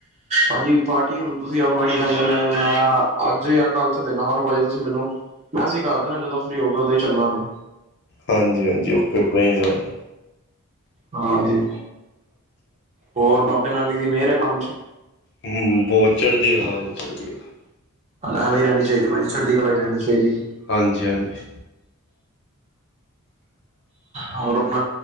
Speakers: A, on the right; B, on the left.
A: ਹਾਂਜੀ ਪਾਰਟੀ ਹੁਣ ਤੁਸੀਂ ਆਉਣਾ ਸੀ ਕਹਿੰਦੇ ਨੇ ਮੈਂ ਅੱਜ ਕੱਲ ਚ ਦੇਣਾ ਹਲੋ ਭਾਜੀ ਤੁਸੀਂ ਮੈਨੂੰ ਮੈਂਸਜ਼ ਕਰ ਦੇਣਾ ਜਦੋਂ ਫ੍ਰਰੀ ਹੋਗਿਆ ਉਦੋਂ ਹੀ ਚੱਲਾਂਗਾ।
B: ਹਾਂਜੀ- ਹਾਂਜੀ ਓਕੇ ਕੋਈ ਨਹੀਂ ਗਾ ਜੀ।
A: ਹਾਂਜੀ ਹੋਰ ਬਾਬੇ ਨਾਨਕ ਦੀ ਮਿਹਰ ਹੈ ਕੰਮ ਚ।
B: ਹੂੰ ਬਹੁਤ ਚੜ੍ਹਦੀ ਕਲਾ ਭਾਜੀ ਚੜਦੀ ਕਲਾ।
A: ਐਵੇ ਈ ਰਹਿਣੀ ਚਾਹੀਦੀ ਚੜਦੀ ਕਲਾ ਰਹਿਣੀ ਚਾਹੀਦੀ ਐ।
B: ਹਾਂਜੀ -ਹਾਂਜੀ।
A: ਹੋਰ ਆਪਣਾ